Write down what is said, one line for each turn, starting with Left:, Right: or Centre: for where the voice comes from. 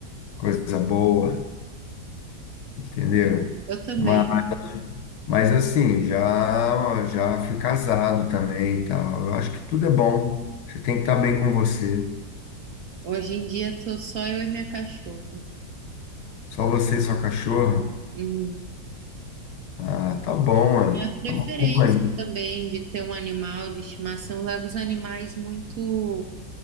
Left: Coisa boa. entendeu?
Right: Eu também.
Left: Mas, mas assim, já já fui casado também e tal. Eu acho que tudo é bom. Você tem que estar bem com você.
Right: Hoje em dia tô só eu e minha cachorra.
Left: Só você e sua cachorra.
Right: Uhum.
Left: Ah, tá bom, mano.
Right: Minha preferência
Left: Tá uma companhia.
Right: também de ter um animal de estimação leva os animais muito.